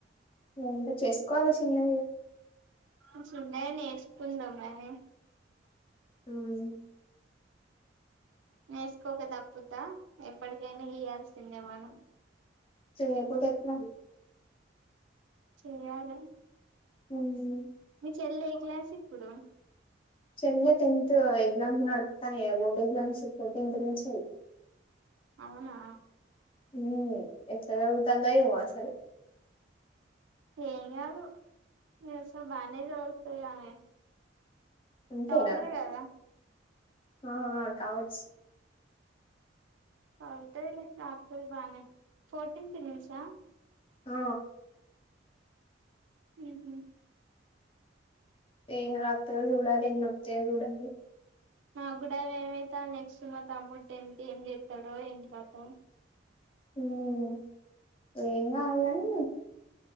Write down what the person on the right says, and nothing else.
ఆ చిన్నగ నెర్సుకుందమ్మాని
నేసుకోక ధపుధ ఎప్పటికైనా ఎయాల్సిందే మనం
చేయాలె
చెల్లె ఏ క్లాస్ ఇప్పుడు
అవునా
ఎంగాదు ఎస బానే చదువుతది ఆమె
టాపర్ కదా
సవుతలే సార్ తి బానే ఫోర్టీన్త్ నుంచా
మ్మ్ హ్మ్
నాకూడా వి ఏమైతా నెక్స్ట్ మా తమ్ముడు టెన్త్ ఏం చెత్తాడో ఏం కథో